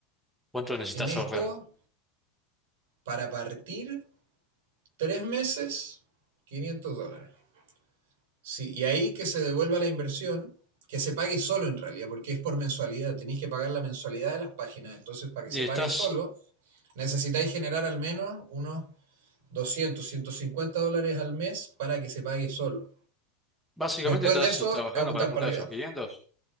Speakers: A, in the centre; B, on the right (about 75°).
A: ¿Cuánto necesitas
B: en esto,
A: ahorrar?
B: para partir, tres meses, 500 dólares. Sí, y ahí que se devuelva la inversión, que se pague solo en realidad, porque es por mensualidad. Tenéis que pagar la mensualidad de las páginas. Entonces, para que
A: Y
B: se pague
A: estás,
B: solo, necesitáis generar al menos unos doscientos ciento cincuenta dólares al mes para que se pague solo.
A: básicamente
B: Después
A: estás
B: de eso,
A: trabajando
B: apuntar
A: para juntar
B: para arriba.
A: esos 500